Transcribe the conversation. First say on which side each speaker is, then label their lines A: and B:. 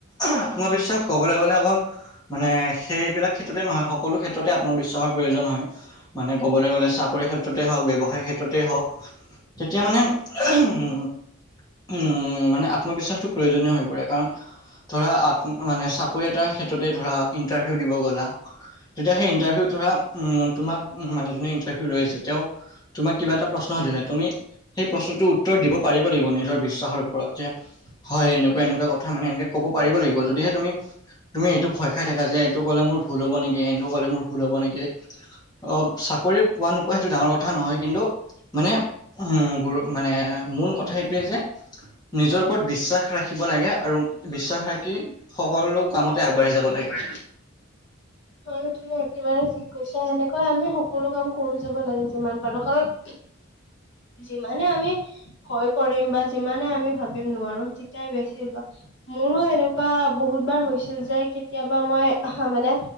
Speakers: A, on the left; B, on the left.
A: আত্মবিশ্বাস কবলে গলে অকল মানে সেইবিলাক ক্ষেত্ৰতে নহয় সকলো ক্ষেত্ৰতে আত্মবিশ্বাসৰ প্ৰয়োজন হয় মানে ক'বলৈ গ'লে চাকৰি ক্ষেত্ৰতে হওক ব্যৱসায় ক্ষেত্ৰতে হওক তেতিয়া মানে উ উম মানে আত্মবিশ্বাসটো প্ৰয়োজনীয় হৈ পৰে কাৰণ ধৰা মানে চাকৰি এটাৰ ক্ষেত্ৰতে ধৰা ইণ্টাৰভিউ দিব গ'লা তেতিয়া সেই ইণ্টাৰভিউ ধৰা তোমাক মানে যোনে ইণ্টাৰভিউ লৈ আছে তেওঁ তোমাক কিবা এটা প্ৰশ্ন সুধিলে তুমি সেই প্ৰশ্নটোৰ উত্তৰ দিব পাৰিব লাগিব নিজৰ বিশ্বাসৰ ওপৰত যে হয় এনেকুৱা এনেকুৱা কথা মানে এনেকে ক'ব পাৰিব লাগিব যদিহে তুমি তুমি এইটো ভয় খাই থাকা যে এইটো কলে মোৰ ভুল হ'ব নেকি এইটো কলে মোৰ ভুল হব নেকি আহ চাকৰি পোৱা নোপোৱা সেইটো ডাঙৰ কথা নহয় কিন্তু মানে উ গৰু মানে মূল কথা সেইটোৱে যে নিজৰ ওপৰত বিশ্বাস ৰাখিব লাগে আৰু বিশ্বাস ৰাখি সকলো কামতে আগবাঢ়ি যাব লাগে।
B: হয় হয় তুমি একেবাৰে ঠিক কৈছা সেনেকুৱাই আমি সকলো কাম কৰি যাব লাগে যিমান পাৰো কাৰণ যিমানে আমি ভয় কৰিম বা যিমানে আমি ভাবিম নোৱাৰো তেতিয়াই বেছি মোৰো এনেকুৱা বহুত বাৰ হৈছিল যে কেতিয়াবা মই আহ মানে